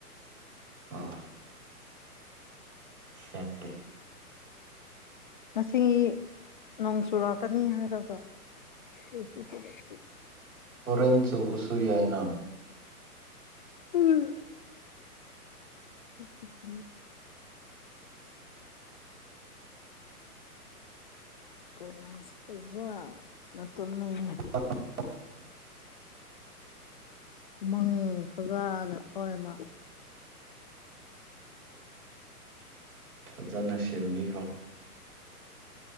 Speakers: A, on the right; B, on the left.
A: ꯑꯥ ꯁꯦꯝꯒꯦ
B: ꯉꯁꯤꯒꯤ ꯅꯣꯡ ꯆꯨꯔꯥꯛꯀꯅꯤ ꯍꯥꯏꯔꯒ ꯆꯨꯁꯨ ꯆꯨꯔꯛꯇꯦ
A: ꯍꯣꯔꯦꯟ ꯆꯨꯕꯁꯨ ꯌꯥꯏꯅ
B: <unintelligible> <unintelligible> ꯀꯩ ꯅꯪꯁꯦ ꯑꫭꯖꯥ ꯅ ꯇꯨꯝꯅꯤꯡꯑꯦ
A: <unintelligible>
B: ꯎꯃꯪ ꯐꯖꯥꯅ ꯊꫭꯛꯑꯦ ꯃꯥ
A: ꯐꯖꯅ ꯁꯦꯝꯕꯤꯈ꯭ꯔꯣ